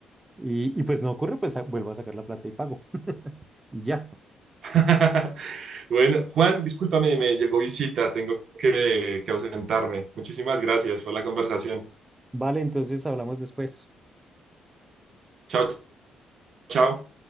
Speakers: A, on the right; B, on the right.
A: y, y pues no ocurre, pues a- vuelvo a sacar la plata y pago. <laughs> Y ya,
B: <laughs> Bueno, Juan, discúlpame, me llegó visita, tengo que, que ausentarme. Muchísimas gracias por la conversación.
A: vale, entonces hablamos después.
B: Chao, chao.